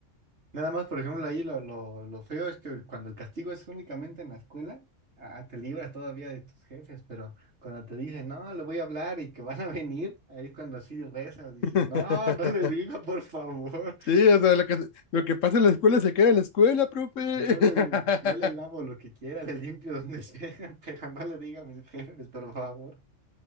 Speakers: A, on the right (about 65°); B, on the left (about 85°).
A: Nada más, por ejemplo, ahí lo, lo, lo feo es que cuando el castigo es únicamente en la escuela, ah, te libras todavía de tus jefes, pero cuando te dicen, no, le voy a hablar y que <laughs> van a venir, ahí es cuando así rezas, dices,
B: <laughs>
A: no, no le diga, por favor,
B: Sí, o sea, lo que, lo que pasa en la escuela se queda en la escuela, profe.
A: yo
B: <laughs>
A: le, yo le lavo lo que quiera, le limpio donde sea, <laughs> pero no le diga a mis jefes, por favor.